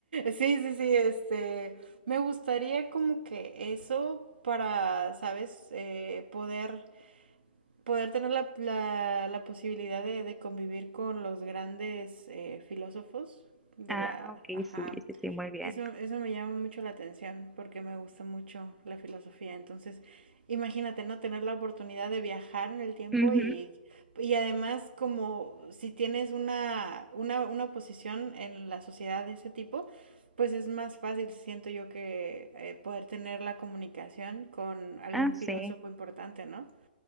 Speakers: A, on the right; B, in the centre.
A: Sí, sí, sí, este, me gustaría como que eso para, ¿sabes? Eh, poder, poder tener la, la, la posibilidad de, de convivir con los grandes eh, filósofos de
B: Ah,
A: la,
B: ok,
A: ajá.
B: sí, sí, sí, muy bien.
A: Eso, eso me llama mucho la atención porque me gusta mucho la filosofía. Entonces, imagínate, ¿no? Tener la oportunidad de viajar en el tiempo
B: Ujú,
A: y, y además como si tienes una, una, una posición en la sociedad de ese tipo, pues es más fácil, siento yo, que eh, poder tener la comunicación con algún
B: Ah, sí.
A: filósofo importante, ¿no?